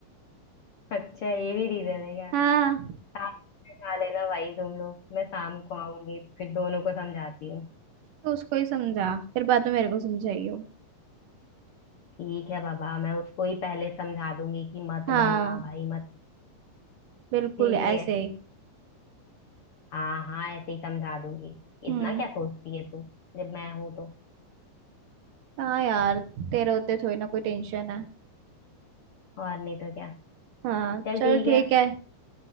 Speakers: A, on the left; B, on the right.
A: अच्छा ये भी रीजन है क्या
B: हाँ
A: शाम में खा लेना भाई तुम लोग मैं शाम को आऊंगी फिर दोनों को समझाती हूँ
B: तो उसको ही समझा फिर बाद में मेरे को समझाइयो
A: ठीक है बाबा मैं उसको ही पहले समझा दूंगी कि मत
B: हाँ
A: बनवा भाई मत
B: बिल्कुल
A: ठीक
B: ऐसे
A: है
B: ही
A: हाँ हाँ ऐसे ही समझा दूंगी
B: हम्म
A: इतना क्या सोचती है तू जब मैं हूं तो
B: हाँ यार तेरे होते थोड़ी ना कोई टेंशन है
A: और नहीं तो क्या
B: हाँ
A: चल
B: चल
A: ठीक
B: ठीक
A: है
B: है